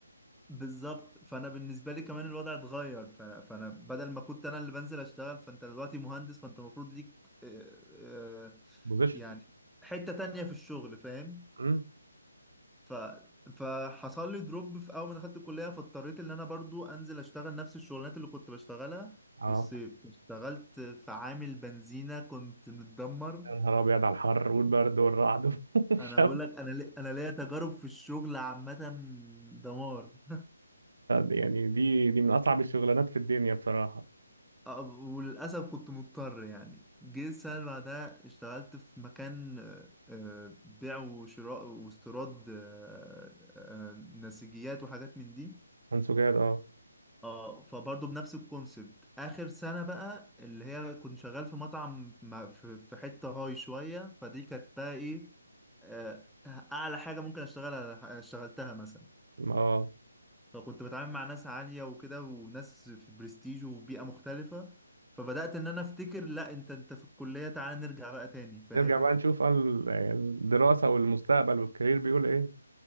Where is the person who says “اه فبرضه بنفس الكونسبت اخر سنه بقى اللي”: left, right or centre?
Centre